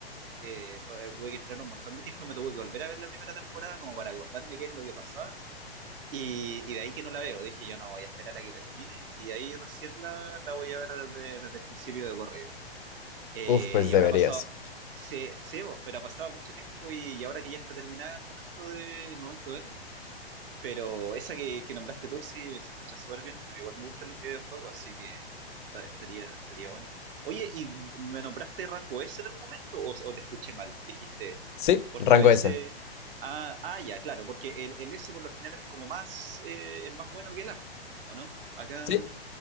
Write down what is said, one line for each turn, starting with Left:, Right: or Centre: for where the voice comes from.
Right: eh, pues, tuve que esperar un montón de tiempo y me tuve que volver a ver la primera temporada como para acordarme qué es lo que pasaba. Y, y de ahí que no la veo, dije yo no voy a esperar a que termine y ahí recién la, la voy a ver desde, desde el principio de correo eh,
Left: uf, pues
Right: y
Left: deberías.
Right: ahora ha pasado, sí, sí, vos, pero ha pasado mucho tiempo y, y ahora que ya está terminada el momento de, el momento de verla. Pero esa que, que nombraste tú sí se escucha súper bien. A mí Igual me gustan los videojuegos, así que esta- estaría, estaría bueno. Oye, ¿y me nombraste rango S en algún momento o, o te escuché mal? Dijiste,
Left: Sí,
Right: porque
Left: rango
Right: a veces...
Left: S.
Right: Ah, ah, ya, claro, porque el, el S por lo general es como más, eh, es más bueno que el A, ¿o no? Acá...
Left: Sí,